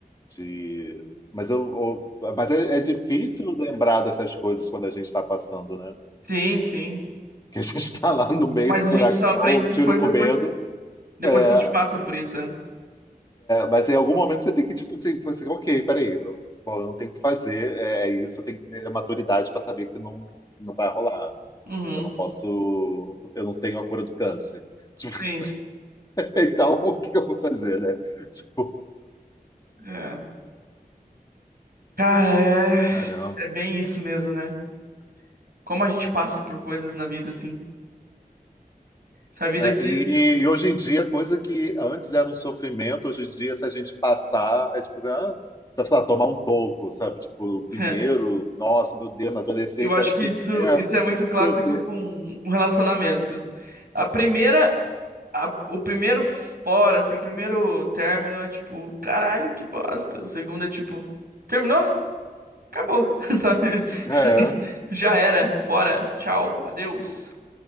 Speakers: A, on the left; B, on the right.
A: De, mas eu, eu- mas é, é difícil lembrar dessas coisas quando a gente está passando, né?
B: Sim, sim.
A: Que a gente está lá no meio
B: Mas
A: do furacão,
B: a gente só aprende
A: o
B: essas
A: tiro
B: coisas
A: com
B: depois,
A: medo.
B: depois
A: é,
B: que a gente passa por isso, né?
A: Mas em algum momento você tem que, tipo assim, falar assim, ok, peraí, eu, bom, eu não tenho o que fazer, é, é isso, eu tenho que ter maturidade para saber que não, não vai rolar.
B: Uhum.
A: Eu não posso, eu não tenho a cura do câncer. Tipo,
B: Sim.
A: <laughs> então, o que eu vou fazer, né? <laughs> Tipo,
B: É. Cara, é...
A: caramba.
B: é bem isso mesmo, né? Como a gente passa por coisas na vida, assim. Essa vida
A: É,
B: aqui.
A: e, e hoje em dia, coisa que antes era um sofrimento, hoje em dia, se a gente passar, é tipo, ah, sabe, sei lá, tomar um toco, sabe? Tipo, primeiro,
B: <laughs>
A: nossa, meu Deus, na adolescência
B: Eu acho
A: era
B: que
A: que
B: isso,
A: inferno,
B: isso é muito clássico
A: meu Deus.
B: com, com relacionamento. A primeira a- o primeiro fora, assim, o primeiro término é tipo, caralho, que bosta. O segundo é tipo, terminou? Acabou, <laughs> sabe?
A: É.
B: <laughs> Já era, fora, tchau, adeus.